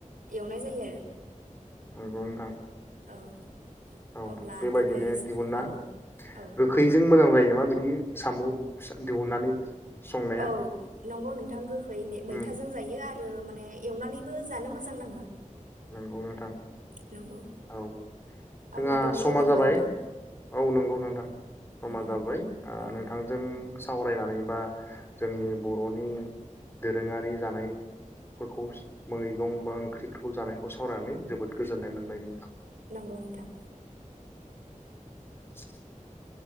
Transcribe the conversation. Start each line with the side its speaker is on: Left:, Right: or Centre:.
Right: एवनाय जायो आरो
Left: नोंगौ नोंथां।
Right: औ
Left: औ
Right: अब्ला
Left: बेबायदिनो
Right: दिनै
Left: दिहुना
Right: औ औ
Left: गोखैजों मोजां जायो नामा बिदि? साम' दिहुननानै संनाया
Right: औ नंगौ नोंथां गोखै ओमफ्राय मैथाजों
Left: उम
Right: जायो आरो आरो माने एवनानैबो जानो मोजां नाङो
Left: नंगौ नोंथां
Right: नंगौ
Left: औ
Right: अब्ला
Left: जोंहा
Right: दिनै
Left: समा
Right: नामा
Left: जाबाय
Right: नोंथां
Left: औ नंगौ नोंथां समा
Right: नंगौ
Left: जाबाय ओ
Right: औ
Left: नोंथांजों सावरायनानै बा जोंनि बर'नि दोरोङारि जानायफोरखौ मैगं बा ओंख्रिफोरखौ जानाय खौ सावरायनानै जोबोद गोजोन्नाय मोनबाय नोंथां
Right: नांगौ नोंथां
Left: <inaudible>